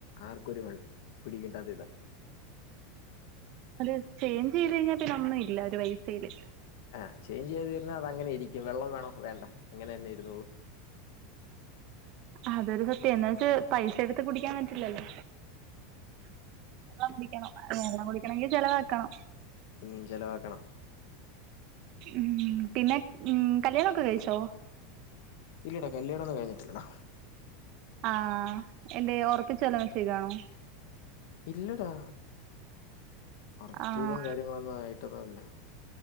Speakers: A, on the left; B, on the right.
A: ആർക്കും ഒരുവൻ പിടി കിട്ടാത്തെ ഇതാ.
B: അത് ചെയ്ഞ്ച് ചെയ്ത് കഴിഞ്ഞാ പിന്നൊ ഇല്ല ഒരു പൈസയില്.
A: ആ, ചെയ്ഞ്ച് ചെയ്യാതിരുന്ന അത്‌ അങ്ങനെ ഇരിക്കും വെള്ളം വേണോ വേണ്ട അങ്ങനെന്നെ ഇരുന്നോളും
B: അതൊരു സത്യം എന്നാ വെച്ച് പൈസ എടുത്ത് കുടിക്കാൻ പറ്റില്ലല്ലോ. വെള്ളം കുടിക്കെണം വെള്ളം കുടിക്കണങ്കി ചെലവാക്കണം.
A: ഉം ചെലവാക്കണം..
B: മ്ഹ്, പിന്നെ ഉം കല്യാണൊക്കെ കഴിച്ചോ.
A: ഇല്ലടാ കല്യാണൊന്ന് കഴിഞ്ഞിട്ടില്ലട.
B: ആഹആ എന്തേ ഒറപ്പിച്ച് വല്ലോം വെച്ചേകാണോ..
A: ഇല്ലടാ. ഒറപ്പീലും
B: ആഹ്
A: കാര്യങ്ങളൊന്നു ആയിട്ടൊന്നുംല്ല